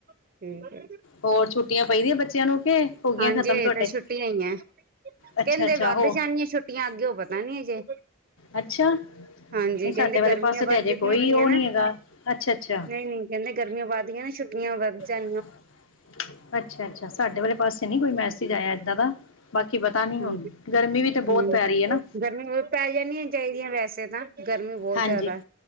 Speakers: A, on the right (about 45°); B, on the left (about 70°).
A: ਠੀਕ ਹੈ।
B: ਹੋਰ ਛੁੱਟੀਆਂ ਪਈਦੀਆਂ ਬੱਚਿਆਂ ਨੂੰ ਕਿ ਹੋ ਗਈਆਂ
A: ਹਾਂਜੀ
B: ਖਤਮ ਤੁਹਾਡੇ
A: ਤਾਂ ਛੁੱਟੀਆਂ ਹੀਈ ਹੈ।
B: ਅੱਛਾ
A: ਕਹਿੰਦੇ
B: ਅੱਛਾ
A: ਵੱਧ
B: ਹੋ
A: ਜਾਣੀਆਂ ਛੁੱਟੀਆਂ ਅੱਗੇ ਉਹ ਪਤਾ ਨੀ ਹਜੇ
B: ਅੱਛਾ।
A: ਹਾਂਜੀ
B: ਨਹੀਂ
A: ਕਹਿੰਦੇ
B: ਸਾਡੇ
A: ਗਰਮੀਆਂ
B: ਵਾਲੇ ਪਾਸੇ
A: ਵੱਧਦੀਆਂ
B: ਤੇ ਅਜੇ ਕੋਈ
A: ਪਈਆਂ
B: ਉਹ
A: ਨਾ
B: ਨੀ ਹੈਗਾ ਅੱਛਾ ਅੱਛਾ
A: ਨਹੀਂ, ਨਹੀਂ ਕਹਿੰਦੇ ਗਰਮੀਆਂ ਵੱਧਦੀਆਂ ਨਾ ਛੁੱਟੀਆਂ ਵੱਧ ਜਾਣ
B: ਅੱਛਾ, ਅੱਛਾ ਸਾਡੇ ਵਾਲੇ ਪਾਸੇ ਨੀ ਕੋਈ ਮੈਸੇਜ ਆਇਆ ਏਦਾਂ ਦਾ ਬਾਕੀ ਪਤਾ ਨੀ
A: ਹਾਂਜੀ,
B: ਹੁਣ ਗਰਮੀ ਵੀ ਤੇ ਬਹੁਤ
A: ਹਮ
B: ਪੈ ਰਹੀ ਹੈ ਨਾ
A: ਗਰਮੀਆਂ ਪੈ ਜਾਣੀਆਂ ਚਾਹੀਦੀਆਂ ਵੈਸੇ ਤਾਂ ਗਰਮੀ ਬਹੁਤ
B: ਹਾਂਜੀ
A: ਜ਼ਿਆਦਾ।